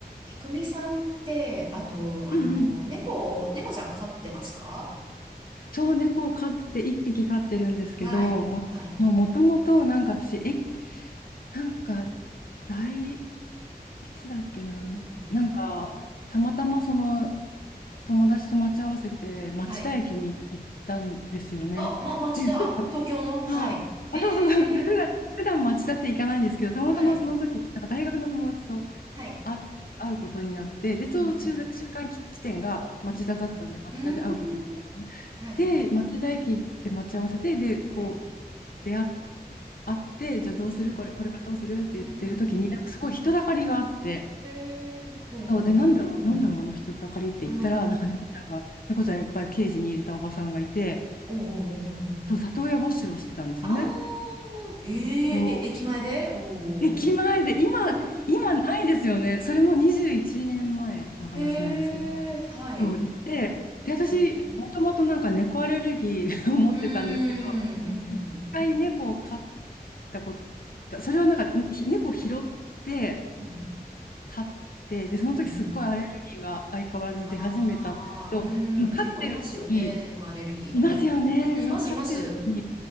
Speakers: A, on the right; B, on the left.
A: えくみさんって、あと、あの、
B: うんうん。
A: 猫を、猫ちゃん飼ってますか
B: そう、猫を飼って、一匹飼ってるんですけど、
A: はい、
B: も、
A: はい。
B: そうもともと、なんか私、え、なんか、大、いつだっけな、
A: うん、うん。
B: なんか、たまたまその、友達と待ち合わせて、町田駅に行ったんですよね。
A: はい。あ、ま、町田、
B: で、普段、
A: あ、東京のはい。
B: はい、
A: へえ、
B: あ、そうそうそう、で、普段、普段町田って行かないんですけど、たまたまその時、
A: はい、
B: なんか大学の友達と
A: はい。
B: あ、会うことになって、で、ちょうど中、
A: うん、
B: 中間地点が町田だったんで、
A: うん。
B: 町田で会うことになってね
A: うーん、はい、
B: で、町田駅で待ち合わせて、で、こ
A: はい。
B: う、出会っ、会って、じゃあどうするこれ、
A: うん、
B: これからどうするって言ってる時に、
A: うん。
B: なんかすごい人だかりがあって、
A: へえ、おうおうおう。
B: そうで、なんだろう、なんだろう、あの人だかりって言ったら、
A: うん、おう
B: なんか猫ちゃんが、猫ちゃんいっぱいケージに入れたおばさんがいて、
A: おうおうおう。
B: そう、里親募集をしてたんですよね。
A: あー、へえ、
B: そう。
A: え、駅前でおうおう。
B: 駅前で、今、
A: うん、
B: 今ないですよね。それも21年前の話なんですけど。
A: へえ、はい。
B: そう、行って、で、私、
A: へえ。
B: もともとなんか猫アレルギー <laughs> を持ってたんですけど、
A: うーん、
B: 一回猫を飼ったこと、それはなんか、ひ猫を拾って
A: うん、うん、うん、
B: 飼って、で、その時すっごいアレルギーが相変わらず出始めたんですけど、
A: うん、うん。ああー、
B: でも飼ってるうちに、
A: うん、結構いますよね、猫アレルギーの方。
B: いますよね、
A: うん、
B: そう、
A: います、
B: 飼ってるうちに、
A: います。